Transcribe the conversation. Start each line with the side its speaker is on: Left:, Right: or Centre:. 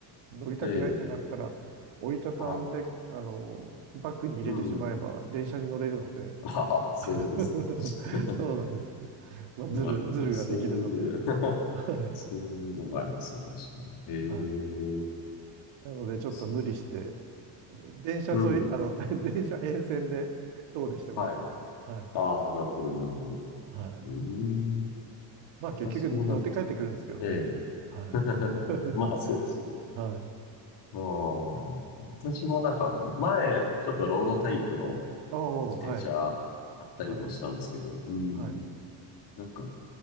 Right: 乗りたくないってなったら、
Left: ええ。
Right: 折りたたんで、
Left: はい。
Right: あの、バッグに入れてしまえば電車に乗れるので。
Left: うん。<laughs> ああ、そういうことです
Right: <laughs>
Left: ね。
Right: そうなんですよ。まあ、
Left: <laughs>
Right: ズル、
Left: なるほど。
Right: ズルができるので。
Left: そういう <laughs>
Right: はい。
Left: そういうのがありますね。確かに。え
Right: はい。
Left: え。
Right: なので、ちょっと無理して、
Left: そ
Right: 電車沿い、
Left: う。うん。
Right: あの、<laughs> 電車沿線で遠出してます。
Left: はい。
Right: はい。
Left: ああ、なるほど、なるほど。
Right: はい。
Left: うーん。
Right: まあ、結局乗って帰ってくるんですけどね。
Left: 私もなんか、ええ。
Right: はい。
Left: <laughs>
Right: <laughs>
Left: まあ、そうですよね。
Right: はい。
Left: うん。私もなんか、前、ちょっとロードタイプの
Right: ああ、
Left: 自転車あったりもしたんですけど、
Right: はい。はい。
Left: うん。
Right: はい。
Left: なんか、